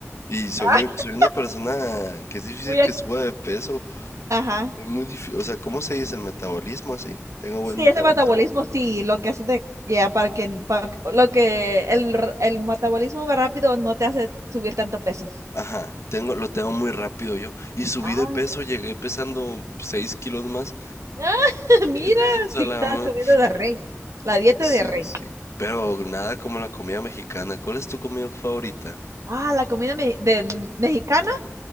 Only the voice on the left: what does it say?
Y soy
muy, soy una persona que es difícil
que suba de peso.
Soy muy difícil, o sea, ¿cómo se dice el metabolismo así? Tengo buen
metabolismo.
Ajá, tengo, lo tengo muy rápido yo. Y subí
de peso, llegué pesando seis kilos más.
Y pues a
la
ma-
Sí,
sí. Pero nada como la comida mexicana. ¿Cuál es tu comida favorita?